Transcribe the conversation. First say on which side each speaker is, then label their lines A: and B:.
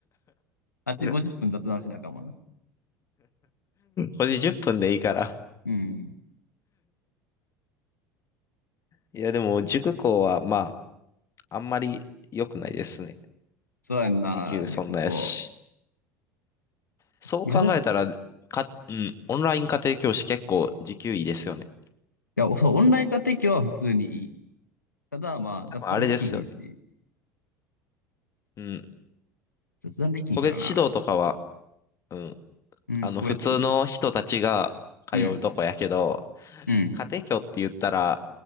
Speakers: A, on the left; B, on the left.
A: あっち50分雑談しなあかんもんな。
B: うんこれ10分でいいから。
A: うん。
B: いや、でも、塾講は、まあ、あんまり良くないですね。
A: そうやんな、
B: 時給そんなやし。
A: 塾校。
B: そう考えたら、
A: やるい
B: か、うん、オンライン家庭教師結構時給いいですよね。
A: や、そう、オンライン化適用は普通にいい。ただ、まあ、
B: 多分あれですよね。
A: 雑談できひんし。
B: うん、
A: 雑談できへんからな。
B: 個別指導とかは、うん、
A: うん、
B: あの、
A: 個別。
B: 普通の人たちが通うとこやけど、
A: うん、うん。
B: 家庭教って言ったら、